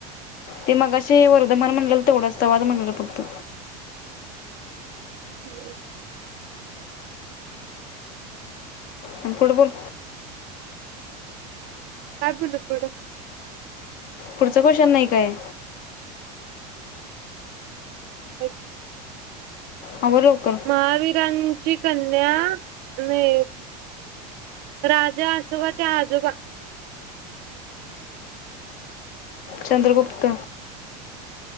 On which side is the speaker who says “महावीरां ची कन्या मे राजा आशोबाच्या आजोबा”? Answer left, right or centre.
Right